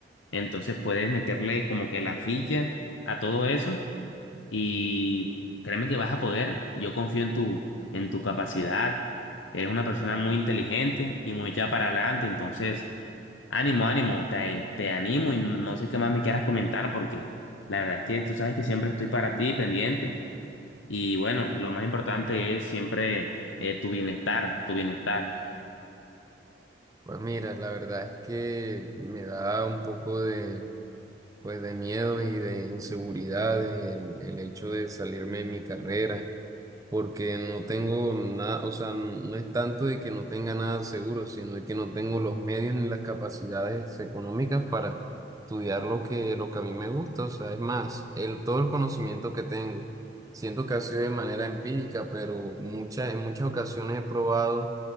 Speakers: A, on the left (about 80°); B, on the right (about 20°).
A: Entonces puedes meterle como que la ficha a todo eso y créeme que vas a poder. Yo confío en tu, en tu capacidad. Eres una persona muy inteligente y muy echada para adelante. Entonces, ánimo, ánimo. Te, te animo y no sé qué más me quieras comentar porque la verdad es que tú sabes que siempre estoy para ti, pendiente. Y bueno, lo más importante es siempre eh, tu bienestar, tu bienestar.
B: Pues mira, la verdad es que me da un poco de pues de miedos y de inseguridades, el, el hecho de salirme de mi carrera porque no tengo nada, o sea, no es tanto de que no tenga nada seguro, sino de que no tengo los medios ni las capacidades económicas para estudiar lo que, lo que a mí me gusta, o sea, es más, el, todo el conocimiento que tengo, siento que ha sido de manera empírica, pero muchas, en muchas ocasiones he probado